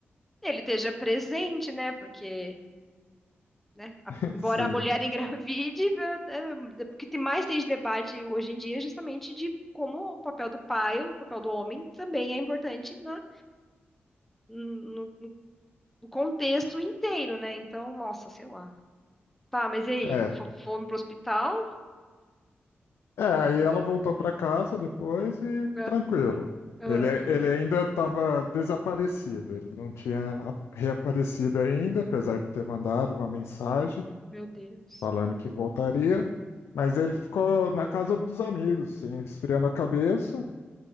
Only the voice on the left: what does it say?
<laughs>
sim.
É.
É, aí ela voltou para casa depois e
tranquilo.
Ele, ele ainda estava desaparecido, ele não tinha a- reaparecido ainda, apesar de ter mandado uma mensagem.
falando que voltaria, mas ele ficou na casa dos amigos, assim, esfriando a cabeça,